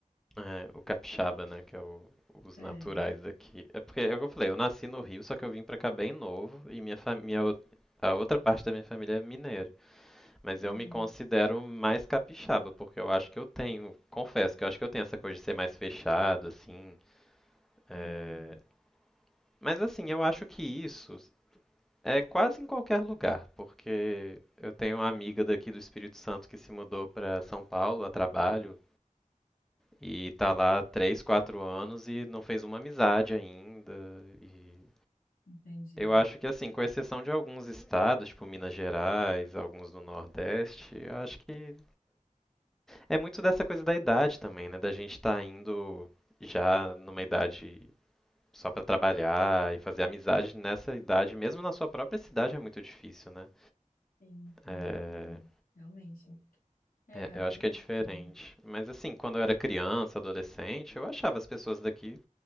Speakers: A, in the centre; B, on the left (about 85°).
A: É, o capixaba, né, que é o- os
B: É.
A: naturais daqui. É porque, é o que eu falei, eu nasci no Rio, só que eu vim pra cá bem novo e minha família, a outra parte da minha família é mineira. Mas
B: Hum,
A: eu me considero mais capixaba, porque eu acho que eu tenho, confesso que eu acho que eu tenho essa coisa de ser mais fechado, assim. é,
B: hum,
A: Mas assim, eu acho que isso é quase em qualquer lugar, porque eu tenho uma amiga daqui do Espírito Santo que se mudou pra São Paulo a trabalho E tá lá três, quatro anos e não fez uma amizade ainda. E
B: entendi.
A: eu acho que assim, com exceção de alguns estados, tipo Minas Gerais, alguns do Nordeste, eu acho que é muito dessa coisa da idade também, né? Da gente estar tá indo já numa idade só para trabalhar e fazer amizade nessa idade, mesmo na sua própria cidade é muito difícil, né?
B: Sim, sim.
A: É,
B: é, Realmente. É,
A: É,
B: a
A: eu
B: vida
A: acho que
B: adulta,
A: é diferente.
B: né?
A: Mas assim, quando eu era criança, adolescente, eu achava as pessoas daqui